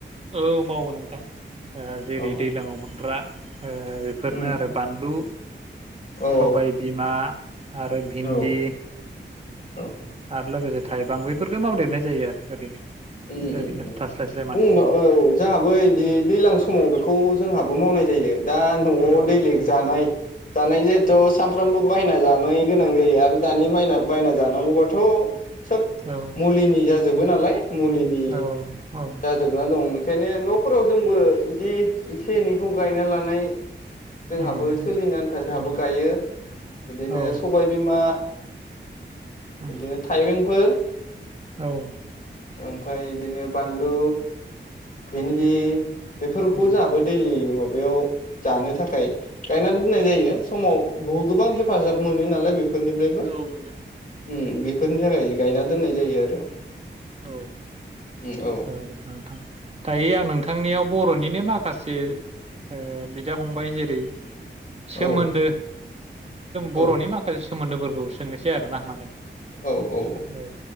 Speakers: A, on the right; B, on the left.
A: औ मावो नोंथां ओ जेरै
B: औ
A: दैलांआव मोनग्रा ओ बेफोरनो
B: उम
A: आरो बानलु
B: औ
A: सबाय बिमा आरो
B: औ
A: भिन्दि
B: औ औ।
A: आरो लोगोसे थाइबां बैफोरखोनो मावदेरनाय जायो आरो ओरैनो
B: उम
A: ओरैनो
B: उम
A: थास्लायस्लाय माने
B: उम उ औ जाहाबो इदि दैलां स समाव बेखौ जोंहाबो मावनाय जायो दा न'आव
A: औ
B: दैलिक जानाय जानाय जो थ' सानफ्रामबो बायना जानाय गोनां जायो आरो दानि मायना बायना जानांगौबाथ' सोब
A: औ
B: मुलिनि जा जोबो नालाय मुलिनि
A: औ औ
B: जाजोबना दं। ओंखायनो नफोराव जोंबो बिदि एसे एनैखौ गायना लानाय जोंहाबो
A: उम
B: सोलिनो
A: उम
B: आन्था जोंहाबो
A: औ
B: गायो बिदिनो
A: औ
B: सबायबिमा,
A: उम
B: बिदिनो थाइबेंफोर
A: औ
B: ओमफ्राय बिदिनो बानलु भिन्दि। बेफोरखौ
A: उम
B: जोंहाबो दैलि मोनो बेयाव जानो थाखाय गायनानै दोननाय जायो। समाव बहु गोबां हेफाजाब मोनो नालाय बेफो बेफोरनिफ्रायबो। उ
A: औ मोनो
B: बेफोरनि थाखाय गायना दोननाय जायो आरो।
A: औ
B: उम
A: दायो आं नोंथांनियाव बर'निनो माखासे ओ बिदा फंबाय जेरै सोमोन्दो।
B: औ
A: बर'नि
B: औ
A: माखासे सोमोन्दोफोर। औ सोंनोसै आरो ना माने
B: औ औ औ।
A: ओ